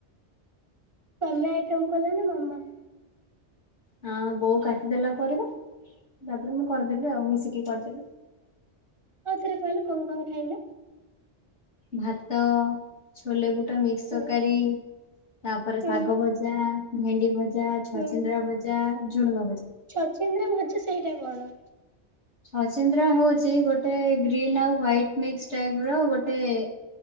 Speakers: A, on the right; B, on the left.
A: ତମେ ଆଇଟମ୍ କଲ ନା ମାମା?
B: ହଁ ବୋଉ କାଟିଦେଲା ପରିବା ତାପରେ ମୁଁ କରିଦେଲି ଆଉ ମିଶିକି କରିଦେଲୁ।
A: ଆଉଥରେ କହିଲେ କଣ କଣ ଖାଇଲେ?
B: ଭାତ ଛୋଲେବୁଟ ମିକ୍ସ
A: ହୁଁ
B: ତରକାରୀ ତାପରେ
A: ହୁଁ
B: ଶାଗ ଭ ଜା ଭେଣ୍ଡି ଭଜା ଛଚିନ୍ଦ୍ରା
A: ହୁଁ
B: ଭଜା ଝୁଡଙ୍ଗ ଭଜା।
A: ଛଚିନ୍ଦ୍ରା ଭଜା ସେଇଟା କଣ?
B: ଛଚିନ୍ଦ୍ରା ହଉଚି ଗୋଟେ ଗ୍ରୀନ ଆଉ ହ୍ଵାଇଟ ମିକ୍ସ ଟାଇପ୍ ର ଗୋଟେ। ଏ